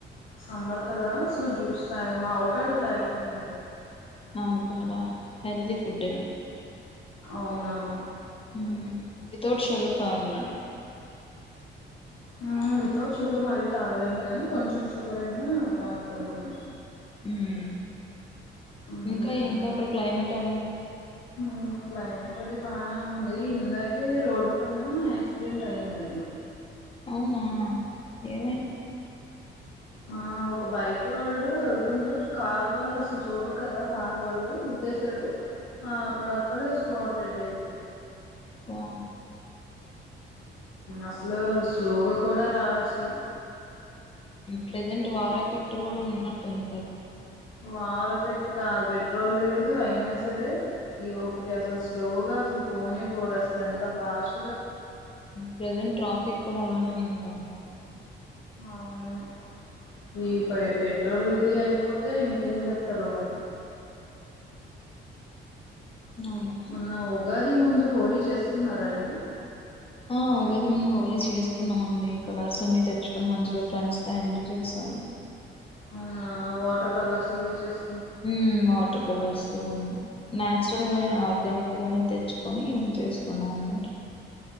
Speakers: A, on the left; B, on the left.
A: సమ్మర్ కదా సో జ్యూస్ తాగ అవకాడో తాగమండి
B: అవకాడ హెల్తి ఫుడ్ ఏ నండి
A: అవునవును
B: ఉమ్ వితౌట్ షుగర్ తాగలండి
A: ఉమ్ వితౌట్ షుగర్ మరీ తాగలేము గానీ కొంచెం షుగర్ అయినా తాగుతాం నేను
B: ఉమ్
A: మ్మ్,
B: ఇంకా ఇంకా అక్కడ క్లైమేట్ ఎలా ఉండండి
A: మ్మ్, క్లైమేట్ అది బానే ఉంది ఇందాకే రోడ్డు పైన యాక్సిడెంట్ అయిందండి
B: అవునా ఏమైంది
A: ఆ ఒక బైక్ వాడు వెళ్తుంటే కార్ వాళ్ళు అసలు చూడరు కదా కార్ వాళ్ళు గుద్దేశాడు ఆ అక్కడక్కడ స్పాట్ డెడ్ అయిపోయారు
B: ఆ
A: అసలు స్లోగా కూడా రారు అసలు
B: ప్రెజెంట్ వార్ ఎఫెక్ట్ కూడా ఉన్నట్టుంది కదా
A: వర్ ఎఫెక్ట్ కాదు పెట్రోల్ లేదు అయినా సరే ఈ ఒకటి అసలు స్లోగా అసలు పోనే పోరు అసలు ఎంత ఫాస్ట్
B: ప్రెసెంట్ ట్రాఫిక్ కూడా అలానే ఉంది అవునా
A: అవును ఈ పై పెేట్ పెట్రోల్ ఇది అయిపోతే ఇంకేం చేతారో మరి
B: అవును
A: ఉన్న ఉగాది ముందు హోలీ చేసుకున్నారా అండి
B: ఆ ఉగాది ముందు హోలీ చేసుకున్నామండి కలర్స్ అన్ని తెచ్చుకొని మంచిగా ఫ్రెండ్స్ తో ఎంజాయ్ చేశాను
A: అవునా వాటర్ కలర్స్ అవి చేస్
B: హ్మ్ వాటర్ కలర్స్ <unintelligible> నేచురల్ గానే ఆర్గానిక్ గానే తెచ్చుకొని చేసుకున్నాం అనమాట